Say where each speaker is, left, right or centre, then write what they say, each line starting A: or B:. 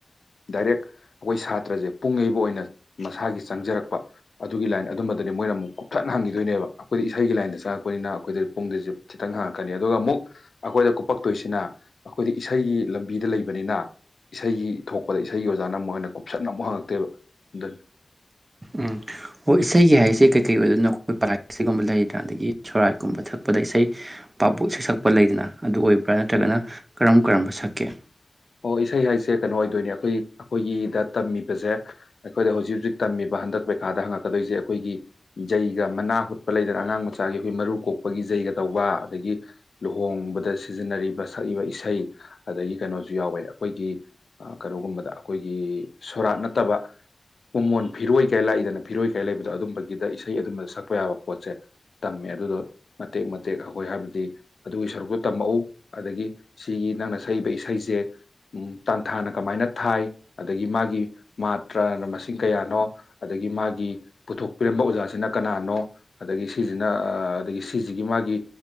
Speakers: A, on the left; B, on the right.
A: ꯗꯥꯏꯔꯦꯛ ꯑꯈꯣꯏ ꯁꯥꯇ꯭ꯔꯁꯦ ꯄꯨꯡ ꯌꯩꯕ ꯑꯣꯏꯅ ꯃꯁꯥꯒꯤ ꯆꯪꯖꯔꯛꯄ ꯑꯗꯨꯒꯤ ꯂꯥꯏꯟ ꯑꯗꯨꯝꯕꯗꯅꯤ ꯃꯣꯏꯅ ꯑꯃꯨꯛ ꯀꯨꯞꯊꯅ ꯍꯪꯒꯤꯗꯣꯏꯅꯦꯕ ꯑꯈꯣꯏꯗꯤ ꯏꯁꯩꯒꯤ ꯂꯥꯏꯟꯗ ꯆꯪꯉꯛꯄꯅꯤꯅ ꯑꯈꯣꯏꯗ ꯄꯨꯡꯗꯖꯨ ꯈꯤꯇꯪ ꯍꯪꯉꯛꯀꯅꯤ ꯑꯗꯨꯒ ꯑꯃꯨꯛ ꯑꯩꯈꯣꯏꯗ ꯀꯨꯞꯄꯛꯇꯣꯏꯁꯤꯅ ꯑꯩꯈꯣꯏꯗꯤ ꯏꯁꯩꯒꯤ ꯂꯝꯕꯤꯗ ꯂꯩꯕ ꯅꯤꯅ ꯏꯁꯩꯒꯤ ꯊꯣꯛꯄꯗ ꯏꯁꯩꯒꯤ ꯑꯣꯖꯥꯅ ꯃꯨꯛ ꯍꯦꯟꯅ ꯀꯨꯞꯁꯟꯅ ꯑꯃꯨꯛ ꯍꯪꯉꯛꯇꯣꯏꯕ ꯑꯗꯨꯅꯤ
B: ꯎꯝ ꯍꯣꯏ ꯏꯁꯩꯒꯤ ꯍꯥꯏꯔꯤꯁꯦ ꯀꯩꯀꯩ ꯑꯣꯏꯗꯣꯏꯅꯣ ꯑꯩꯈꯣꯏ ꯄꯂꯥ ꯏꯁꯩꯒꯨꯝꯕ ꯂꯩꯗꯅ ꯑꯗꯒꯤ ꯁꯣꯔꯥꯠꯀꯨꯝꯕ ꯊꯛꯄꯗ ꯏꯁꯩ ꯄꯥꯄꯨ ꯏꯁꯩ ꯁꯛꯄ ꯂꯩꯗꯅ ꯑꯗꯨ ꯑꯣꯏꯕ꯭ꯔꯥ ꯅꯠꯇ꯭ꯔꯒꯅ
A: ꯎꯝ
B: ꯀꯔꯝ ꯀꯔꯝꯕ ꯁꯛꯀꯦ
A: ꯑꯣ ꯏꯁꯩ ꯍꯥꯏꯁꯦ ꯀꯅꯣ ꯑꯣꯏꯗꯣꯏꯅꯦ ꯑꯩꯈꯣꯏꯒꯤ ꯑꯩꯈꯣꯏꯒꯤꯗꯥ ꯇꯝꯃꯤꯕꯖꯦ ꯑꯩꯈꯣꯏꯗ ꯍꯧꯖꯤꯛ ꯍꯧꯖꯤꯛ ꯇꯝꯃꯤꯕ ꯍꯟꯗꯛ ꯄꯩꯈꯥꯗ ꯍꯪꯉꯛꯀꯗꯣꯏꯖꯦ ꯑꯈꯣꯏꯒꯤ ꯖꯩꯒ ꯃꯅꯥ ꯍꯨꯠꯄ ꯂꯩꯗꯅ ꯑꯉꯥꯡ ꯃꯆꯥꯒꯤ ꯑꯈꯣꯏ ꯃꯔꯨ ꯀꯣꯛꯄꯒꯤꯖꯦ ꯖꯩꯒ ꯇꯧꯕ ꯑꯗꯒꯤ ꯂꯨꯍꯣꯡꯕꯗ ꯁꯤꯖꯤꯟꯅꯔꯤꯕ ꯁꯛꯏꯕ ꯏꯁꯩ ꯑꯗꯒꯤ ꯀꯅꯣ ꯨ ꯌꯥꯎꯋꯦ ꯑꯈꯣꯏꯒꯤ ꯀꯅꯣꯒꯨꯝꯕꯗ ꯑꯈꯣꯏꯒꯤ ꯁꯣꯔꯥꯠ ꯅꯠꯇꯕ ꯀꯨꯃꯣꯟ ꯐꯤꯔꯣꯏ ꯀꯥꯏ ꯂꯥꯛꯏꯗꯅꯥ ꯐꯤꯔꯣꯏ ꯀꯥꯏ ꯂꯩꯕꯗꯣ ꯑꯗꯨꯝꯕꯒꯤꯗ ꯏꯁꯩ ꯑꯗꯨꯝꯕ ꯁꯛꯄ ꯌꯥꯕ ꯄꯣꯠꯆꯦ ꯇꯝꯃꯦ ꯑꯗꯨꯗꯣ ꯃꯇꯦꯛ ꯃꯇꯦꯛ ꯑꯈꯣꯏ ꯍꯥꯏꯕꯗꯤ ꯑꯗꯨꯒꯤ ꯁꯔꯨꯛꯇꯨ ꯇꯝꯃꯛꯛꯎ ꯑꯗꯒꯤ ꯁꯤꯒꯤ ꯅꯪꯅ ꯁꯛꯏꯕ ꯏꯁꯩꯖꯦ ꯎꯝ ꯇꯥꯟꯊꯥꯅ ꯀꯃꯥꯏꯅ ꯊꯥꯏ ꯑꯗꯒꯤ ꯃꯥꯒꯤ ꯃꯥꯇ꯭ꯔꯅ ꯃꯁꯤꯡ ꯀꯌꯥꯅꯣ ꯑꯗꯒꯤ ꯃꯥꯒꯤ ꯄꯨꯊꯣꯛꯄꯤꯔꯝꯕ ꯑꯣꯖꯥꯁꯤꯅ ꯀꯅꯥꯅꯣ ꯑꯗꯒꯤ ꯁꯤꯖꯤꯅꯥ ꯑꯥ ꯑꯗꯒꯤ ꯁꯤꯖꯤꯒꯤ ꯃꯥꯒꯤ